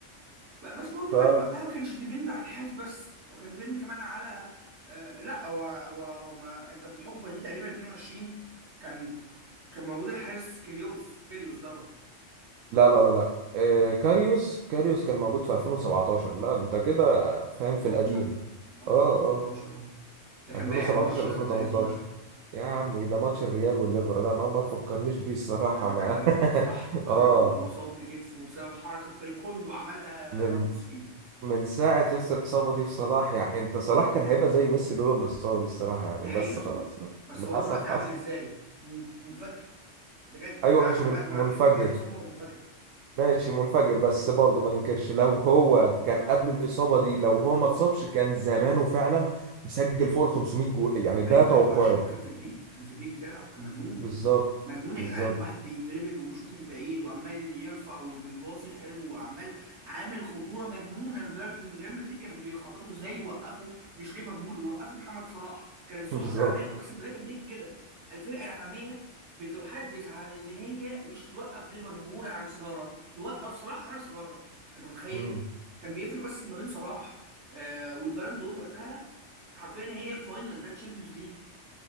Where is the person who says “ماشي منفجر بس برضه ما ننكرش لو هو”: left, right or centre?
Right